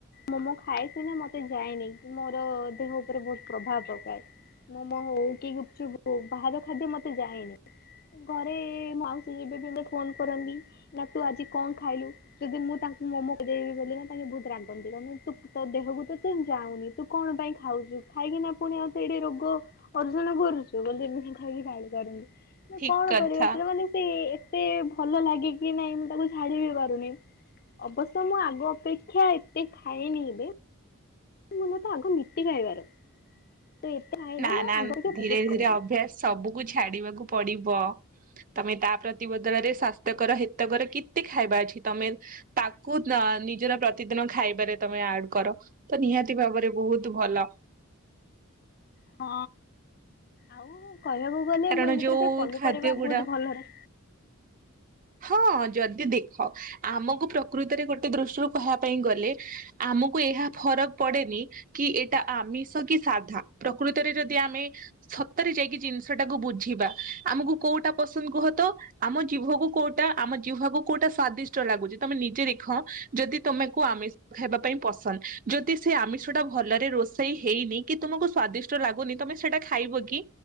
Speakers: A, on the left; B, on the right.
A: ମୋମୋ ଖାଏ ସିନା ମତେ ଯାଏନି। ମୋର ଦେହ ଉପରେ ବହୁତ ପ୍ରଭାବ ପକାଏ। ମୋମୋ ହଉ କି ଗୁପଚୁପ ହଉ ବାହାର ଖାଦ୍ୟ ମତେ ଯାଏନି। ଘରେ ମାଉସୀ ଦି ଦିନ ରେ ବି ଫୋନ କରନ୍ତି, ନା ତୁ ଆଜି କଣ? ଖାଇଲୁ ଯଦି ମୁଁ ତାଙ୍କୁ ମୋମୋକୁ ଦେଇବି ବୋଲି ନା ତାଙ୍କେ ବହୁତ ରାଗନ୍ତି। କଣ ପାଇଁ ତୁ ଦେହକୁ ତୁ ଯାଉନି ତୁ କଣ ପାଇଁ ଖାଉଛୁ ଖାଇକି ନା ପୁଣି ଆଉ ତ ଏଇଠି ରୋଗ ଅର୍ଜନ କରୁଛୁ। ବ ଏମିତି ଖାଇକି
B: ଠିକ
A: କଣ
B: କଥା
A: କରିବା ସେଟା ମାନେ ସେ ଏତେ ଭଲ ଲାଗେ କି ନାଇଁ ମୁ ତାକୁ ଛାଡି ବି ପାରୁନି ଅବଶ୍ୟ ମୁଁ ଆଗ ଅପେକ୍ଷା ଏତେ ଖାଇନି ଏବେ ମନ ତ ଆକୁ ନୀତି ଖାଇବାର ତ ଏତେ ଖାଇନି
B: ନା ନା
A: ଆଗ ଅପେକ୍ଷା
B: ଧୀରେ
A: ବହୁତ
B: ଧୀରେ
A: କମେଇ ଦେଇଛି।
B: ଅଭ୍ୟାସ ସବୁକୁ ଛାଡିବାକୁ ପଡିବ। ତମେ ତା ପ୍ରତିବଦଳରେ ସ୍ଵାସ୍ଥ୍ୟକର ହେତକର କେତେ ଖାଇବା ଅଛି ତମେ ତାକୁ ନିଜର ପ୍ରତିଦିନ ଖାଇବାରେ ତମେ ଆଡ କର ତ ନିହାତି ଭାବରେ ବହୁତ ଭଲ।
A: ହଁ ଆଉ କହିବାକୁ ଗଲେ
B: କାରଣ
A: ମୁଁ ଏମିତିରେ
B: ଯୋଉ
A: ବି ପନିପରିବା
B: ଖାଦ୍ୟ ଗୁଡା
A: ବହୁତ ଭଲରେ
B: ହଁ ଯଦି ଦେଖ ଆମକୁ ପ୍ରକୃତରେ ଗୋଟେ ଦୃଷ୍ଟିରୁ କହ ପାଇଁ ଗଲେ ଆମକୁ ଏହା ଫରକ ପଡେନି କି କି ଏଇଟା ଆମିଷ କି ସାଧା? ପ୍ରକୃତରେ ଯଦି ଆମେ ସତରେ ଯାଇକି ଜିନିଷ ଟାକୁ ବୁଝିବା ଆମକୁ କୋଉଟା ପସନ୍ଦ କୁହ ତ? ଆମ ଜୀଭକୁ କୋଉଟା ଆମ ଜିଭ କୁ କୋଉଟା ସ୍ଵାଦିଷ୍ଟ ଲାଗୁଛି? ତମେ ନିଜେ ଦେଖ ଯଦି ତମକୁ ଆମିଷ ଖାଇବା ପାଇଁ ପସନ୍ଦ ଯଦି ସେ ଆମିଷ ଟା ଭଲରେ ରୋଷେଇ ହେଇନି କି ତୁମକୁ ସ୍ଵାଦିଷ୍ଟ ଲାଗୁନି ତମେ ସେଟା ଖା ଖାଇବ କି?